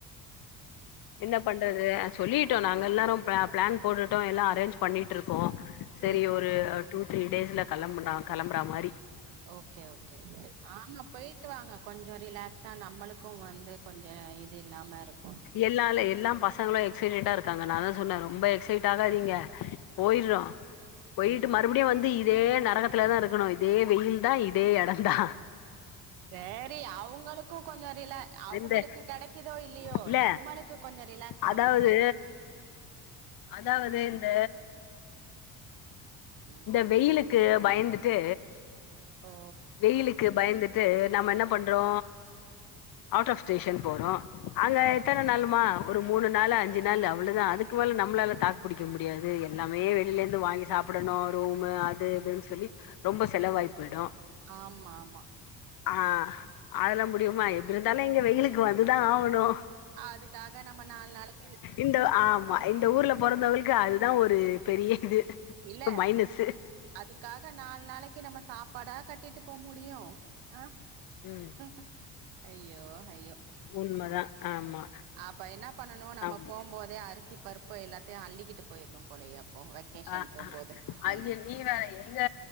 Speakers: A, on the left; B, on the right.
A: என்ன பண்றது சொல்லிடோ நாங்க எல்லோரு ப்ள ப்ளான் போட்டுட்டோ எல்லா அரேஞ்ச் பண்ணிகிட்டுருக்கோ செரி
B: சேரி சேரி
A: ஒரு டூ த்ரீ டேஸ்ல் களம்புனா களம்புறா மாரி
B: ஓகே ஓகே ஆமா போயிட்டு வாங்க கொஞ்சோ ரிலாகஸா நம்மளுக்கு வந்து கொஞ்சோ இது இல்லாம இருக்கு
A: எல்லால எல்லாம் பசங்களு எக்சைடடா இருக்கு காங்க நா தா சொன்ன ரொம்ப எக்சைட் ஆகாதீங்க போயடுறோ போயிட்டு
B: ம்.
A: மறுபடியு வந்து இதே நரகத்துல தா இருக்கணு இதே வெயில் தா இதே எடோ தா
B: சரி அவங்களுக்கு கொஞ்சோ ரில அவங்களுக்கு
A: இந்த
B: கிடைக்குதோ இல்லையோ
A: இல்ல
B: நம்மளுக்கு கொஞ்சோ ரிலாக்ஸ்
A: அதாவது
B: ஆகுல
A: அதாவது இந்த
B: ம்.
A: இந்த வெயிலுக்கு க்கு பயந்துட்டு
B: ஓ!
A: வெயிலுக்கு பயந்து இது நம்ம என்ன பண்றோ அவுட் ஆஃப் ஸ்டேஷன் போறோ அங்க
B: ஆ
A: எத்தன நாலுமா ஒரு மூணு நாள் அஞ்சி நாள் அவளதா அதுக்கு மேல நம்மளால தாக்கு பிடிக் முடியாது எல்லாமே
B: ம்.
A: வெளயிலிருந்து வாங்கி சாப்பிடணு ரோ அது இதுன்னு சொல்லி ரொம்ப செலவாய்ப்புடு
B: ஆமா ஆமா
A: ஆஹ் அதெல்லா முடியுமா எப்படி இருந்தாலு இங்க வெயிலுக்கு வந்துதா ஆகணு
B: அதுக்காக நம்ம நாலு நாளைக்கு
A: இந்த ஆமா இந்த ஊரல பிறந்தவளுக்கு அதுதா ஒரு பெரிய இது
B: இல்ல
A: மைனஸு
B: அதுக்காக நாலு நாளைக்கு கு நம்ம சாப்பாடா கட்டிட்டு போக முடியும் ஆஹ
A: ம்
B: உஹ அயோ அஹ்யோ
A: உண்மதா ஆமா
B: அப்ப என்ன பண்ணனு நம்ம
A: ஆம்
B: போம் போதேயரு த்தி பருப்ப எல்லாத்தையு அல்லிக்கிட்டு போயர்ணு போழைய ஓ வெக்கேஷன்
A: ஆ
B: போம்போது
A: ஆ அது
B: ம்
A: நீ வேற எங்க